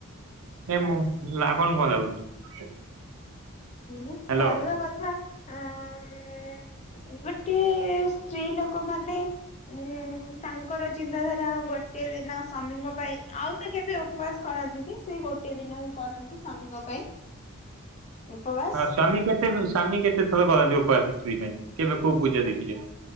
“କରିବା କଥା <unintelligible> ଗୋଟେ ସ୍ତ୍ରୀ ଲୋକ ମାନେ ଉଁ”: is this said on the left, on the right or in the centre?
Left